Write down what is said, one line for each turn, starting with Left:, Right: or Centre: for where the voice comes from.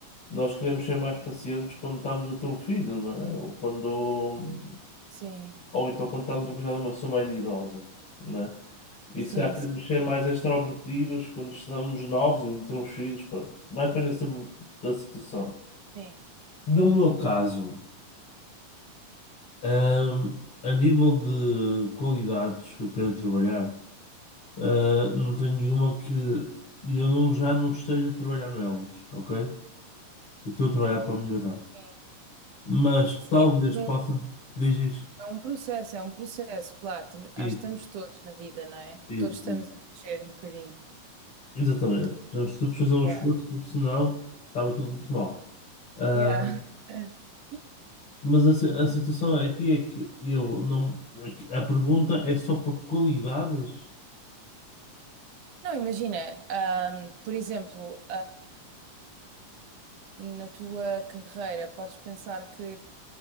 Left: nós queremos ser mais pacientes quando estamos a ter um filho, não é? Ou quando.
Right: sim,
Left: Ou então quando estamos a cuidar de uma pessoa mais idosa, né? E
Right: sim,
Left: se calhar queremos
Right: sim.
Left: ser mais extrovertidos quando estamos novos e não temos filhos, pronto. Vai depender sempre muito da situação.
Right: Sim,
Left: No meu caso, ahm, a nível de qualidades que eu quero trabalhar, ah, não tenho nenhuma que eu não, já não esteja a trabalhar nelas, ok? Eu estou a trabalhar para melhorar.
Right: sim.
Left: Mas
Right: Sim,
Left: talvez
Right: é tudo
Left: possa.
Right: um
Left: Diz isso.
Right: é um processo, é um processo, claro. Tamo-
Left: Isso,
Right: Acho que estamos todos na vida, não é?
Left: isso.
Right: Todos estamos a crescer um bocadinho.
Left: Exatamente.
Right: Tudo.
Left: Devemos todos fazer um
Right: Yeah.
Left: esforço, porque senão estava tudo muito mal. Ah,
Right: Yeah. <laughs>
Left: mas a, si- a situação aqui é que eu não. é que A pergunta é só para qualidades.
Right: Não, imagina, ahm, por exemplo, na tua carreira, podes pensar que,